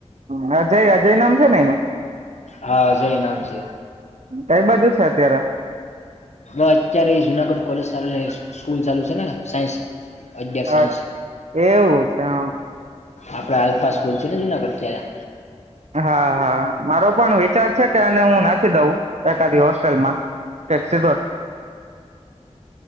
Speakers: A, on the right; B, on the left.
A: હ અજય અજય નામ છે ને એનું?
B: હા જય નામ છે
A: કઈ બાજુ છે અત્યારે?
B: અત્યારે એ જુનાગઢ કોલેજ સ્કૂલ ચાલુ છે ને સાયન્સ અગિયાર સાયન્સ
A: અ એવું છે.
B: આપડે આલ્ફા સ્કૂલ છે ને જુનાગઢ ત્યા
A: હા હા મારો પણ વિચાર છે કે આને હું નાખી દઉં એકાદી હોસ્ટેલમાં. <unintelligible>